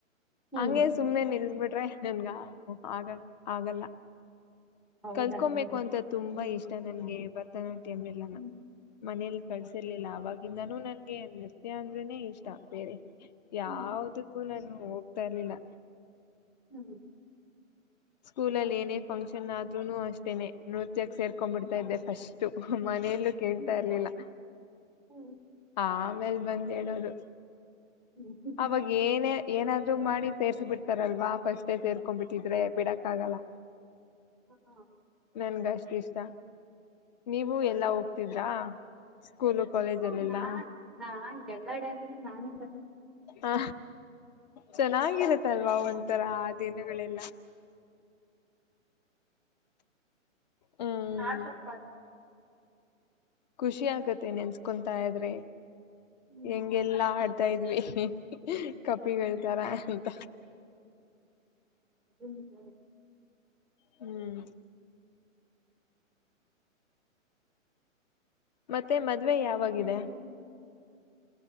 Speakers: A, in the centre; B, on the left (about 30°).
A: ಹ್ಮ್
B: ಹಂಗೆ ಸುಮ್ಮ್ನೆ ನಿಲ್ಬಿಟ್ಟ. ನನ್ಗ ಆಗ ಆಗಲ್ಲ.
A: ಹೌದಾ
B: ಕಲ್ಕೊಬೇಕು
A: ಹ್ಮ್
B: ಅಂತ ತುಂಬಾ ಇಷ್ಟ. ನನ್ಗೆ ಬತ. ಅಮ್ಮ ಇಲ್ಲಾನ.
A: ಹ್ಮ್
B: ಮನೇಲಿ ಕಳ್ಸಿರ್ಲಿಲ್ಲ ಅವವಾಗ. ಂದಾನೂ ನನ್ಗೆ ನೃತ್ಯ ಅಂದ್ರನನೆ ಇಷ್ಟ ಬೇರೆ ಯಾವ್ದ
A: ಹ್ಮ್
B: ಕೂಲನು. ಹೋಗ್ತಾ ಇರ್ಲಿಲ್ಲ.
A: ಹ್ಮ್.
B: ಸ್ಕೂಲಲ್ಲಿ ಏನೇ ಫಂಕ್ಷನ್ ಆದ್ರೂನು ಅಷ್ಟೇನೆ. ಜ ಸೇರ್ಕೊಂಡ್
A: ಹ್ಮ್
B: ಬಿಡ್ತಾ ಇದ್ದ ಫಸ್ಟ್. ಹು. ಮನೇಲ್ಲೂ ಕೇಳ್ತಾ
A: ಹ್ಮ್
B: ಇರ್ಲಿಲ್ಲ.
A: ಹ್ಮ್
B: ಆಮೇಲೆ ಬಂದ ಹೇಳೋರು
A: ಹ್ಮ್ ಹ್ಮ್
B: ಅವಾಗ ಏನೇ ಏನಾದ್ರು ಮಾಡಿ ಸೇರ್ಸ್ ಬಿಡ್ತಾರಲ್ವಾ ಫಸ್ಟೇ ಸೇರ್ಕೊಂಡ್ಬಿಟ್ಟಿದ್ರೆ ಬಿಡಕ್ ಆಗಲ್ಲ
A: ಹ್ಮ
B: ನನಗ ಅಷ್ಟ ಇಷ್ಟ ನೀವು ಎಲ್ಲಾ ಹೋಗ್ತಿದ್ರಾ. ಸ್ಕೂಲು ಕಾಲೇಜಲ್ಲೆಲ್ಲಾ
A: ಹಓ ನಾ ನಾ ಎಲ್ಲ ಡ್ಯಾನ್ಸ ನಾನು ಸಲ್.
B: ಆ. ಚೆನ್ನಾಗಿರತ್ತಲ್ವಾ ಒಂಥರ ಆ ದಿನಗಳೆಲ್ಲ. ಹ್ಮ್
A: ಹಾ ಸಪ್ಪ.
B: ಖುಷಿ ಆಗತ್ತೆ ನೆನ್ಸ್ಕೊಂತ ಇದ್ರೆ
A: ಹ್ಮ್
B: ಹೆಂಗೆಲ್ಲಾ. <unintelligible> ಕಪಿ ಹೇಳ್ತಾರ
A: ಹ್ಮ್
B: ಅಂತ
A: ಅದು ನಿಜಾ ನೆ
B: ಹ್ಮ್ ಮತ್ತೆ ಮತ್ತೆ ಮದ್ವೆ ಯಾವಾಗಿದೆ?
A: ಹ್ಮ್, ಹ್ಮ್, ಹ್ಮ್,